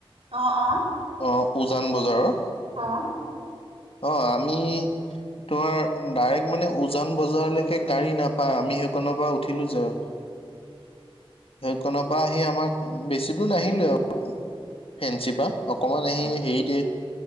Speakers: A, on the right; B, on the left.
A: অ', অ'।
B: অ', উজান বজাৰৰ।
A: অ'।
B: অ', আমি তোমাৰ ডাইৰেক্ট মানে উজান বজাৰলৈকে গাড়ী নাপায়, আমি সেইখনৰ পৰা উঠিলো যে।
A: <inaudible>
B: সেইকনপা আহি আমাক বেছি দূৰ নাহিলো আকৌ। ফেঞ্চি বা অকমান আহি
A: অ
B: হেৰিতে